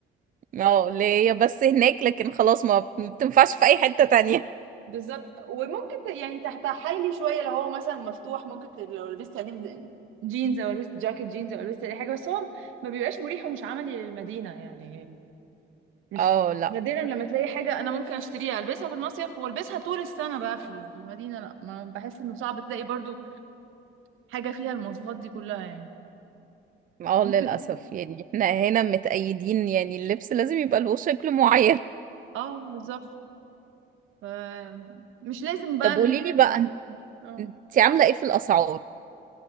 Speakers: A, on the right; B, on the right.
A: اه اللي هي بس هناك لكن خلاص ما بتنفعش في اي حتة تانية
B: بالظبط وممكن ت- يعني تحت حيلي شويه لو هو مثلا مفتوح ممكن ت- لو لبست عليه جينز او لبست جاكيت جينز او لبست اي حاجة بس هو ما بيبقاش مريح ومش عملي للمدينة يعني مش
A: اه لا
B: نادرا لما تلاقي حاجة أنا ممكن أشتريها ألبسها في المصيف وألبسها طول السنة بقى في ال- في المدينة لا ما بحس إنه صعب تلاقي برضو حاجة فيها المواصفات دي كلها يعني
A: اه
B: ممكن
A: للاسف يعني احنا هنا متأيدين يعني اللبس لازم يبقى له شكل معين
B: اه بالظبط ف- مش لازم بقى
A: طب
B: إن-
A: قولي لي بقى
B: <laughs> اه
A: انت عاملة ايه في الاسعار